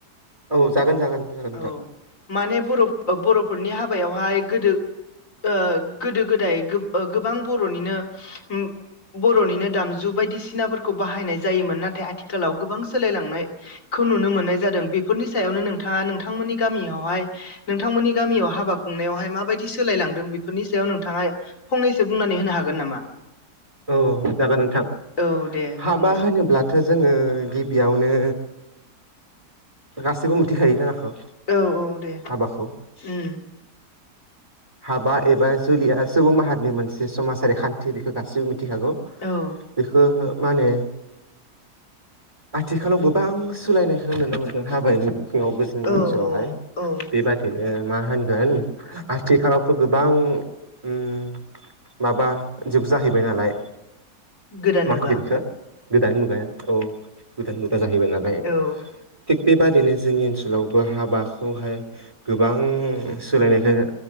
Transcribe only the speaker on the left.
औ
माने बर' बर'फोरनि हाबायावहाय गोदो ओ गोदो गोदाय गोब ओ गोबां बर'निनो उम बर'निनो दामजु बायदिसिनाफोरखौ बाहायनाय जायोमोन नाथाय आथिखालाव गोबां सोलायलांनाय खौ नुनो मोननाय जादों बेफोरनि सायावनो नोंथाङा नोंथांमोननि गामियावहाय नोंथांमोननि गामियाव हाबा खुंनायावहाय माबायदि सोलायलांदों बिफोरनि सायाव नोंथाङा फंनैसो बुंनानै होनो हाग गोन नामा?
औ दे
बुंनोसै
औ औ दे
उम। <inaudible>
औ
औ
औ औ
गोदान
मुगा
औ